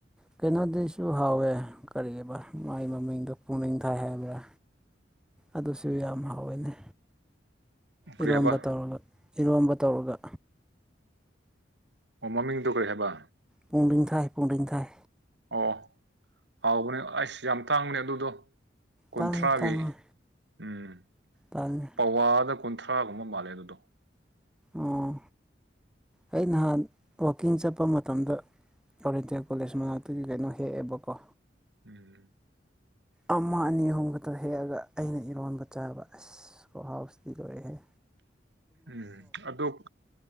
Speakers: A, in the centre; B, on the right.
A: ꯀꯩꯅꯣꯗꯁꯨ ꯍꯥꯎꯋꯦ ꯀꯔꯤ ꯃꯥꯏ ꯃꯃꯤꯡꯗꯣ ꯄꯨꯛꯅꯤꯡ ꯊꯥꯏ ꯍꯥꯏꯕ꯭ꯔꯥ ꯑꯗꯨꯁꯨ ꯌꯥꯝ ꯍꯥꯎꯋꯏꯅꯤ
B: ꯀꯔꯤ
A: ꯏꯔꯣꯝꯕ
B: ꯍꯥꯏꯕ
A: ꯇꯧꯔꯒ ꯏꯔꯣꯝꯕ ꯇꯧꯔꯒ
B: ꯑꯣ ꯃꯃꯤꯡꯗꯨꯣ ꯀꯔꯤ ꯍꯥꯏꯕ
A: ꯄꯨꯡꯗꯤꯡ ꯊꯥꯏ ꯄꯨꯡꯂꯤꯡ ꯊꯥꯏ
B: ꯑꯣ ꯍꯥꯎꯕꯅꯦ ꯑꯩꯁ ꯌꯥꯝ ꯇꯥꯡꯕꯅꯦ ꯑꯗꯨꯗꯣ ꯀꯨꯟꯊ꯭ꯔꯥꯒꯤ
A: ꯇꯥꯡꯅꯤ ꯇꯥꯡꯅꯤ
B: ꯎꯝ
A: ꯇꯥꯡꯅꯤ
B: ꯄꯋꯥꯗ ꯀꯨꯟꯊ꯭ꯔꯥꯒꯨꯝꯕ ꯃꯥꯜꯂꯦ ꯑꯗꯨꯗꯣ
A: ꯑꯣ ꯑꯩ ꯅꯍꯥꯟ ꯋꯥꯋꯀꯤꯡ ꯆꯠꯄ ꯃꯇꯝꯗ ꯀꯇꯤꯌꯥ ꯀꯣꯂꯦꯖ ꯃꯅꯥꯛꯇꯒꯤ ꯀꯩꯅꯣ ꯍꯦꯛꯑꯦꯕꯀꯣ
B: ꯎꯝ
A: ꯑꯃ ꯑꯅꯤ ꯑꯍꯨꯝ ꯈꯛꯇ ꯍꯦꯛꯑꯒ ꯑꯩꯅ ꯏꯔꯣꯟꯕ ꯆꯥꯕ ꯑꯁ ꯍꯥꯎꯁꯇꯤ ꯂꯣꯏꯔꯦꯦ
B: <unintelligible> ꯎꯝ ꯑꯗꯣ